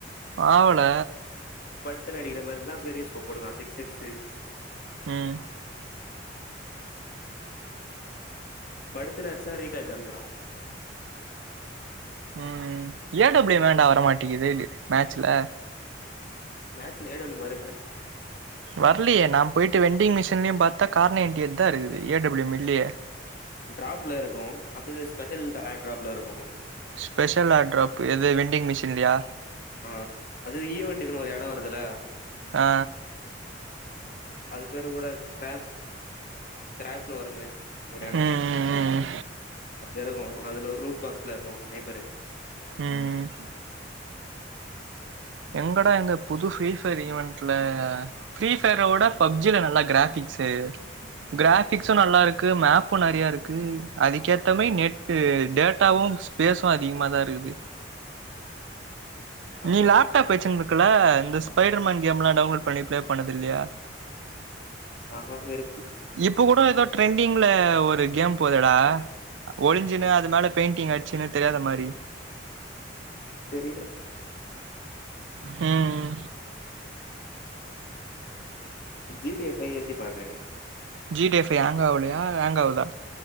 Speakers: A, on the right (about 85°); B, on the left (about 50°).
A: ஆவல
B: த்துட்டு அடிக்கிற மாருந்தா பெரிய ஸ்கோப் போடுக்லா சிக்ஸ் எக்ஸு
A: ம்
B: படுத்துனு அச்சா ரீகாட் கம்மியாவு
A: ம் ம் ஏ டபுளெம் வேண்டா வரமாட்டிக்குது மேச்சுல
B: மேட்சுல ஏ டபுளெம் வருமே
A: வர்லியே நா போய்ட்டு வெண்டிங் மிஷின்லியு பாத்தா கார் நைட்டியெட் தா இருக்குது ஏ டபிள்யும் இல்லியே
B: டிராப்ல இருக்கு அதது ஸ்பெ ஷல் ஏர் ட்ராப்ல இருக்கு
A: ஸ்பெஷல் ஏர் டராப்பு எது விண்டிங் மிஷின்லயா
B: ஆ அது ஈவென்ட்டுகுனு ஒரு எடொ வருதுல
A: ஆ
B: அது பேரு கூட க்ராப் க்ராப்னு வருமே ஒரு எடொ
A: ம் ம் ம்
B: அப்டியருகு அதுல ஒரு ரூட் பாக்ஸ்ல இருக்கு ஸ்நைப்பரு
A: உம்ம் எங்கட இங்க புது ஃப்ரீஃபயர் ஈவென்ட்ல ஃப்ரீஃபயரோட பப்ஜில நல்லா கிராபிக்ஸ்சு கிராபிக்ஸு நல்லாருக்கு மேப்பு நெறயாருக்கு அதுக்கேத்தமாதி நெட்டு டேட்டாவு ஸ்பேஸு அதிகமாதா இருக்குது
B: ஆமா
A: நீ லேப்டாப் வச்சு க்குலா இந்த ஸ்பைடர்மேன் கேம்லா டவுன்லோட் பண்ணி பிளே பண்ணது இல்லியா
B: ஆஹா வெறுப்பு
A: இப்ப கூட ஏதோ ட்ரெண்டிங்ல ஒரு கேம் போதேடா ஒழிஞ்சுனு அது மேல பெயிண்டிங் அடுச்சுனு தெரியாத மாரி
B: தெரியலே
A: ம்ம்
B: ஜி டி ஏ ஃபை ஏத்தி பாரே
A: G T A five hang ஆவுலயா ஹேங் ஆவுதா